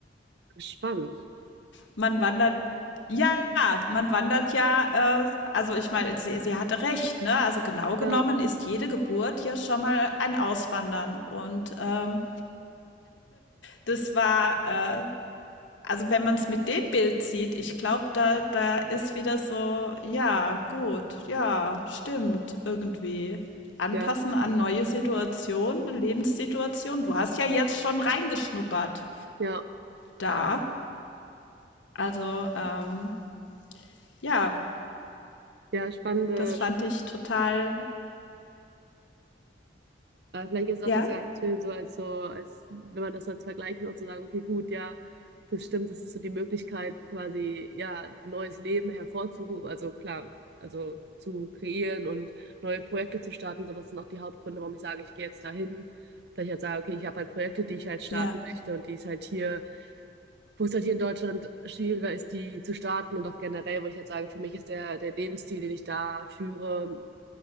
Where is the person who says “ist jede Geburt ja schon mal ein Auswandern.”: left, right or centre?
Left